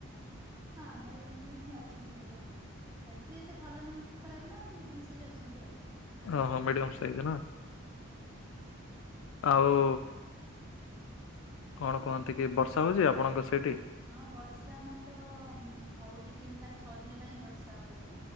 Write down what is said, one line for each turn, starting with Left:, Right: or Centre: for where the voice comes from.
Right: ହଁ ଆମର ସେମିତି ସେମିତି ଅଛନ୍ତି ଭଲ ଆଉ। ସେମିତି ଏତେ ଭଲ ନୁହଁ କି ଖରାପ ନା ମିଡ଼ିୟମ୍ ସାଇଜ୍ ଅଛନ୍ତି ଆଉ।
Left: ଓହୋ ମିଡିୟମ୍ ସାଇଜ୍ ନା?
Right: ଆଜ୍ଞା।
Left: ଆଉ କଣ କୁହନ୍ତି କି ବର୍ଷା ହଉଛି ଆପଣଙ୍କ ସେଠି?
Right: ହଁ ବର୍ଷା ଆମର ତ ହଉଛି ତିନି ପାଞ୍ଚ ଛଅ ଦିନ ହେଲା ହିଁ ବର୍ଷା ହଉଛି।